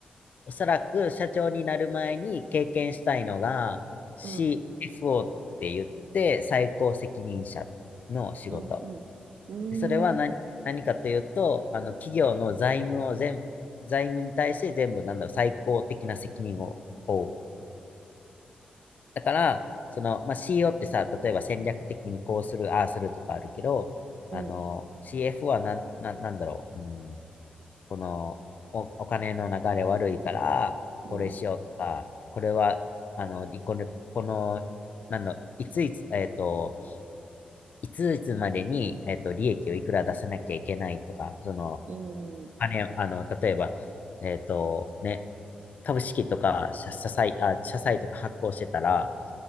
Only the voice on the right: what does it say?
うん、
うん、うん。う
ーん、
うん、
うん、
うん、う